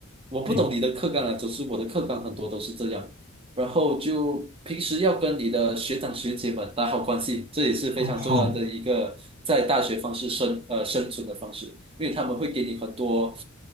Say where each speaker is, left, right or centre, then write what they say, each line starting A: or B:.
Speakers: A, on the right; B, on the right.
A: 我不懂你的课纲啊，
B: 对，
A: 总之我的课纲很多都是这样。然后就平时要跟你的学长学姐们打好关系，这也是非常重要的一个在大学方式生呃生存的方式，
B: 哦好，
A: 因为他们会给你很多